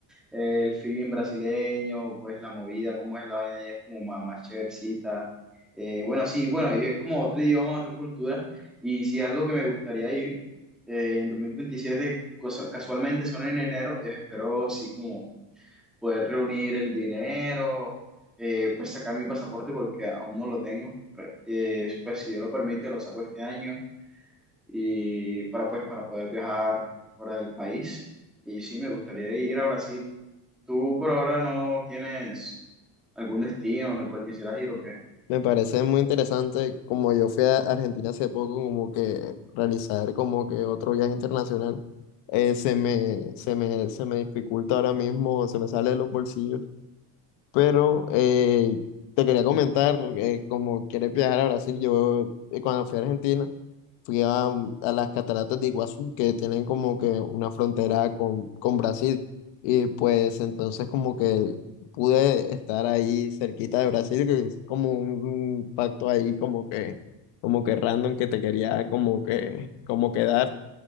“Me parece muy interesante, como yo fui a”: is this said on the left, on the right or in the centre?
Left